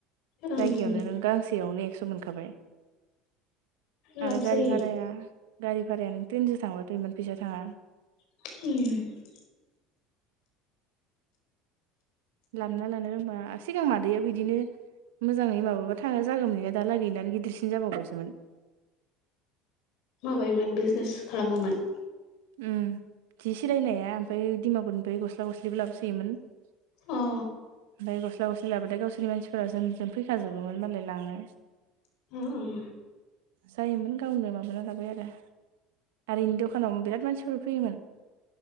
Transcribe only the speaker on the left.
ओं
लाब
जायो
<inaudible>
माबायोमोन बिजनेस खालामोमोन?
अ
<inaudible>